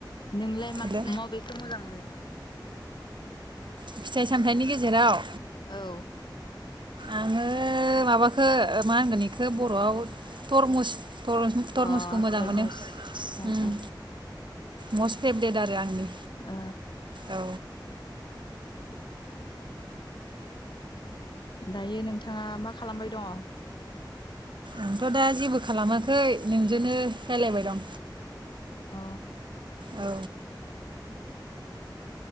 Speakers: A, on the left; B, on the right.
A: नोंलाय
B: हेल'
A: मा मबेखौ मोजां मोनो?
B: फिथाइ सामथायाइनि गेजेराव?
A: औ
B: आङो माबाखौ मा होनगोन इखो बर'आव तरमुस। तर-तरमुसखौ
A: अ
B: मोजां
A: तरमुस
B: मोनो
A: ओ
B: उम।
A: ओ
B: मस्ट फेभरेट आरो आंनि।
A: ओ
B: औ
A: दायो नोंथाङा मा खालामबाय दङ?
B: आंथ' दा जेबो खालामाखै नोंजोंनो रायलायबाय दं।
A: अ
B: औ